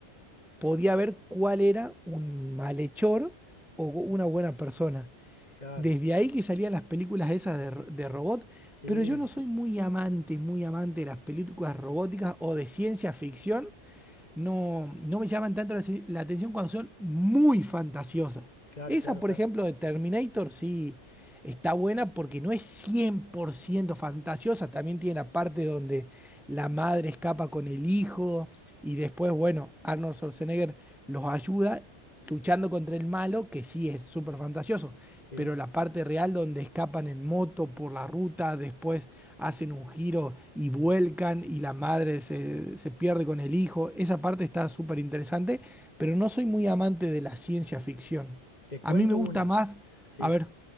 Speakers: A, in the centre; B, on the left (about 40°).
A: podía ver cuál era un malhechor o una buena persona.
B: claro,
A: desde ahí que salían las películas esas de, ro- de robot,
B: sí,
A: pero yo no soy muy amante, muy amante de las películas robóticas o de ciencia ficción, no, no me llaman tanto la, si, la atención cuando son muy fantasiosas.
B: claro,
A: Esa,
B: claro,
A: por
B: claro.
A: ejemplo, de Terminator, sí, está buena porque no es 100% fantasiosa. También tiene la parte donde la madre escapa con el hijo y después, bueno, Arnold Schwarzenegger los ayuda luchando contra el malo, que sí es súper fantasioso.
B: Sí.
A: Pero la parte real donde escapan en moto por la ruta, después hacen un giro y vuelcan y la madre se, se pierde con el hijo. Esa parte está súper interesante, pero no soy muy amante de la ciencia ficción.
B: Te cuento
A: A mí me gusta
B: una,
A: más,
B: sí,
A: a ver,